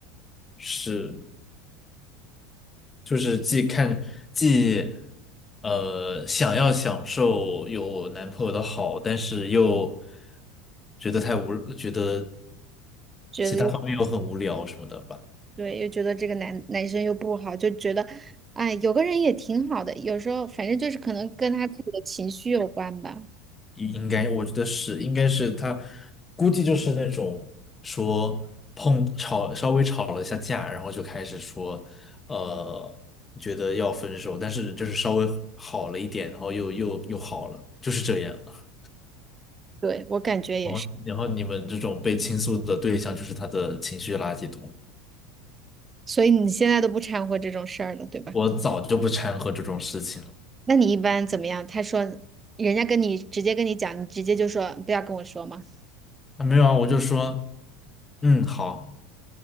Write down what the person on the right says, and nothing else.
觉得又
对，又觉得这个男男生又不好，就觉得，哎，有个人也挺好的。有时候反正就是可能跟他自己的情绪有关吧。
对，我感觉也是。
所以你现在都不掺和这种事儿了，对吧？
那你一般怎么样？他说人家跟你直接跟你讲，你直接就说不要跟我说嘛。